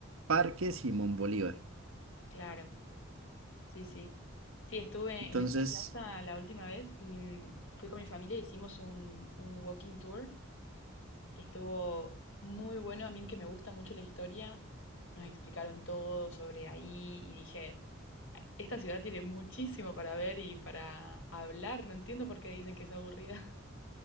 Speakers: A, on the right (about 80°); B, on the left (about 65°).
A: Parque Simón Bolívar.
B: Claro, sí, sí. Sí, estuve
A: Entonces...
B: en esa plaza la última vez y mm, fui con mi familia, hicimos un, un walking tour. Estuvo muy bueno, a mí que me gusta mucho la historia, nos explicaron todo sobre ahí y dije, esta ciudad tiene muchísimo para ver y para hablar, no entiendo por qué dicen que es aburrida.